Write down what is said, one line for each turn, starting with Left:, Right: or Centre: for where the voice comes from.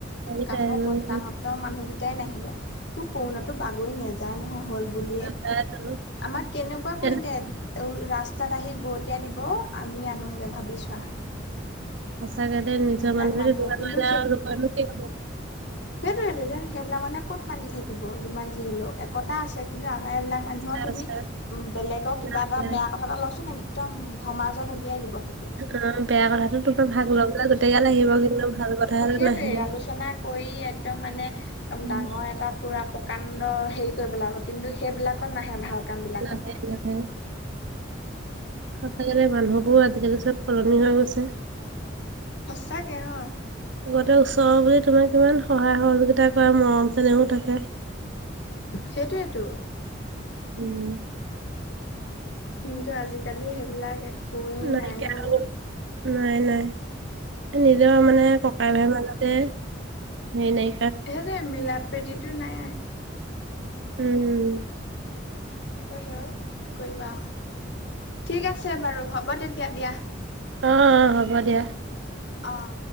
Right: সেইটাই,
Left: কাষৰ
Right: উম,
Left: বৰ্তাহতৰ মানুহকেইটাই নাহিলে। তোৰ কৰোণাটো বাগৰি নাযায় নহয় হ'ল বুলিয়েই,
Right: নাযায় তো।
Left: আমাক কেনেকুৱা
Right: তেনে
Left: কৰিলে, ৰাস্তাত আহি বৰোতিয়া দিব আমি আনোংগে ভাবি চোৱা।
Right: সঁচাকে দে নিজৰ
Left: সেইবিলাক
Right: মানুহে তেনেকুৱা
Left: কিন্তু
Right: কৰিলে আৰু লোকে নো কি ক'ব।
Left: সেইটোয়েটো এতিয়া সেইবিলাক মানুহে ক'ত মানি থাকিব, যিমান যি হ'লেও একতা আছে, কিন্তু আমাৰ এইবিলাক মানুহৰ
Right: সঁচা
Left: তুমি-
Right: সঁচা।
Left: উম' বেলেগক কিবা
Right: নাই
Left: এটা বেয়া কথা এটা ওলাকচোন একদম সমাজত উলিয়াই দিব সেইটো।
Right: অ' বেয়া কথাটো তো পৰা ভাগ ল'বলে গোটেই গাল আহিব, কিন্তু ভাল কথা হ'লে
Left: সেইটোৱে
Right: নাহে।
Left: আলোচনা কৰি একদম মানে একদম
Right: উম,
Left: ডাঙৰ এটা পূৰা প্ৰকাণ্ড হেৰি কৰি পেলাব কিন্তু সেইবিলাকত নাহে ভাল। কামবিলাকত।
Right: নাহে নাহে। সচাকে দে মানুহবোৰ আজিকালি চব সলনি হৈ গৈছে।
Left: সচাকে অ'
Right: আগতে ওচৰৰ বুলি তোমাৰ কিমান সহায় সহযোগিতা কৰা মৰম চেনেও থাকে।
Left: সেইটোৱেইটো,
Right: উম।
Left: কিন্তু আজিকালি সেইবিলাক একোৱেই
Right: নাইকিয়া
Left: নাই অ।
Right: হৈ গ'ল। নাই নাই। নিজৰ মানে, ককাই ভাই মাজতে সেই নাই।
Left: সেইটোয়ে মিলা-প্ৰীতিটো নাই।
Right: উম'
Left: তাকেহে অ কি কৰিবা, ঠিক আছে বাৰু হ'ব তেতিয়া দিয়া।
Right: অ' অ' হ'ব দিয়া।
Left: অ'